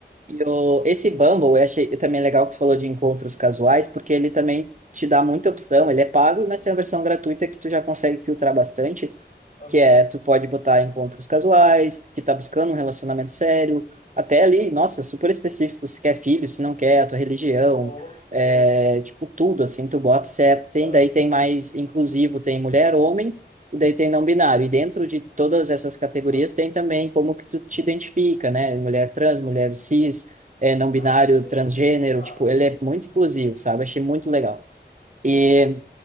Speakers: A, on the right; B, on the left.
A: E o, esse Bumble, eu achei também legal que tu falou de encontros casuais, porque ele também te dá muita opção, ele é pago, mas tem a versão gratuita que tu já consegue filtrar bastante
B: Ok.
A: que é tu pode botar encontros casuais, que tá buscando um relacionamento sério, até ali, nossa, super específico, se quer filho, se não quer, a tua religião,
B: Ok.
A: é, tipo, tudo, assim, tu bota, se é, tem,
B: Aham.
A: daí tem mais inclusivo, tem mulher, homem, e daí tem não binário, e dentro de todas essas categorias
B: Legal.
A: tem também como que tu te identifica, né, mulher trans, mulher
B: Sim.
A: cis, é, não
B: Ah,
A: binário,
B: bem
A: transgênero,
B: massa.
A: tipo, ele é muito inclusivo, sabe, achei muito legal. E